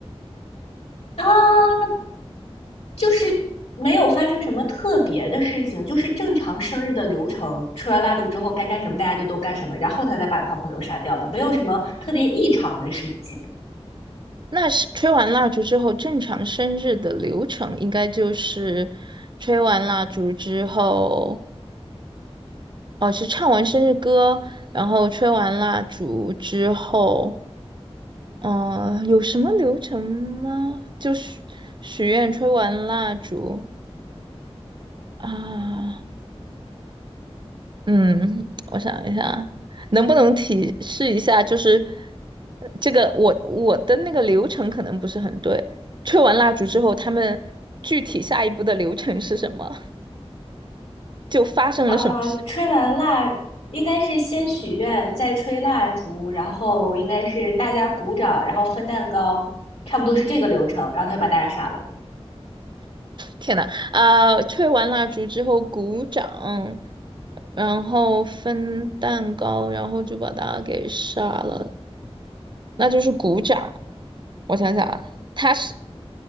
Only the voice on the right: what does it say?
那是吹完蜡烛之后，正常生日的流程应该就是吹完蜡烛之后，哦，是唱完生日歌，然后吹完蜡烛之后。嗯，有什么流程吗？就是许愿、吹完蜡烛啊。嗯，我想一下，能不能提示一下？就是呃这个我我的那个流程可能不是很对。吹完蜡烛之后，他们具体下一步的流程是什么？就发生了什么事
天呐，啊、吹完蜡烛之后鼓掌，然后分蛋糕，然后就把它给杀了。那就是鼓掌。我想想啊，他是